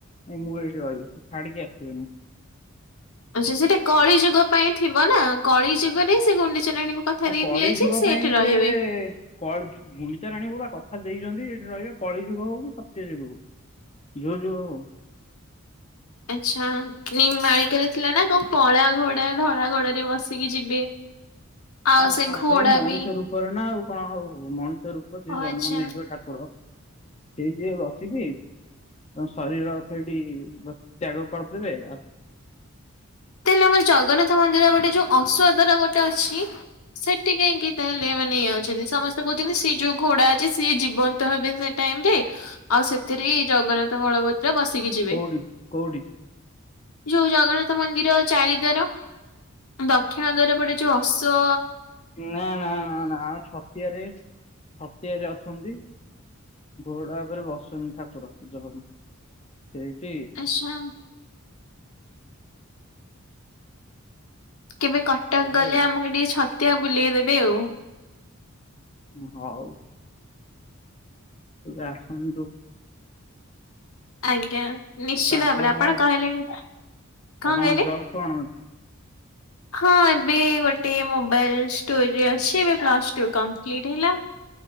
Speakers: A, on the left; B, on the left.
A: ନାଇଁ ମୁଁ ଏଇଠି ରହିବି ଛାଡ଼ିକି ଆସିବିନୁ।
B: ଆଉ ସେ ସେଠେ କଳି ଯୁଗ ପାଇଁ ଥିବ ନା କଳି ଯୁଗରେ ସେ ଗୁଣ୍ଡିଚା ରାଣୀଙ୍କୁ କଥା
A: ଆ
B: ଦେଇଥିଲେ
A: କଳି ଯୁଗ
B: ଯେ ସେ
A: ପାଇଁ
B: ଏଠି ରହିବେ।
A: ଯେ ଏ ଏ କଳ ଗୁଣ୍ଡିଚା ରାଣୀଙ୍କୁ ବା କଥା ଦେଇଚନ୍ତି ଏଇଠି ରହିବେ କଳି ଯୁଗ ହଉ କି ସତ୍ୟ ଯୁଗ ହଉ। ଯୋଉ ଯୁଗ ହଉ।
B: ଆଚ୍ଛା ନିମ୍ ମାଳିକାରେ ଥିଲା ନା କଣ କଳା ଘୋଡ଼ା ଧଳା ଘୋଡ଼ରେ ବସିକି ଯିବେ? ଆଉ
A: ହଁ ହଁ
B: ଘୋଡା
A: ସେ ମଣିଷ
B: ବି
A: ରୂପରେ ନା ଆଉ କଣ ଆଉ ମଣିଷ ରୂପ ସେ
B: ଓ
A: ଜନ୍ମ
B: ଆଚ୍ଛା
A: ନେଇଯିବ ଠାକ୍ କୁର ସେଇ ସିଏ ଅଛି ସିଏ? ତାଙ୍କ ଶରୀର ସେଇଠି ବ ତ୍ୟାଗ କରଦେବେ ଆଉ
B: ତାହେଲେ ଆମର ଜଗନ୍ନାଥ ମନ୍ଦିର ଗୋଟେ ଯୋଉ ଔଷଧର ଗୋଟେ ଅଛି ସେଠି କାହିଁକି ତାହେଲେ ମାନେ ଇଏ ଅଛନ୍ତି ସମସ୍ତେ କହୁଚନ୍ତି ସିଏ ଯୋଉ ଘୋଡା ଅଛି ସିଏ ଜୀବନ୍ତ ହେବେ ସେ ଟାଇମରେ ଆଉ ସେଥିରେ ଜଗନ୍ନାଥ, ବଳବ ବସିକିଛି।
A: କୋଉଡ଼ି କୋଉଡ଼ି।
B: ଯୋଉ ଜଗନ୍ନାଥ ମନ୍ଦିର ଚାରିଦ୍ଵାର, ଦକ୍ଷିଣ ଦ୍ୱାର ପଟେ ଯୋଉ ଅଶ୍ଵ
A: ନା ନା ନା ନା ଆମ ଛତିଆରେ ଛତିଆରେ ଅଛନ୍ତି। ଘୋଡା ଉପରେ ବସନ୍ତି ଠାକୁର ଜଗ ସେଇଠି
B: ଆଚ୍ଛା। କେବେ କଟକ
A: ବୁଝିପାରିଲେ
B: ଗଲେ ଆମକୁ ଟିକେ ଛତିଆ ବୁଲେଇ ଦେବେ ଆଉ।
A: ହଉ। ତୁରା ଆସନ୍ତୁ।
B: ଆଜ୍ଞା, ନିଶ୍ଚିତ
A: ଆପଣ
B: ଭାବରେ
A: କଣ
B: ଆପଣ କହିଲେଣି, କଣ
A: ଆପଣଙ୍କ
B: କହିଲେ?
A: ଜବ୍ କଣ ଅଛି।
B: ହଁ ଏବେ ଗୋଟେ ମୋବାଇଲ ଷ୍ଟୋରରେ ଅଛି ଏବେ ପ୍ସ ଟୁ କଂପ୍ଲିଟ୍ ହେଲା।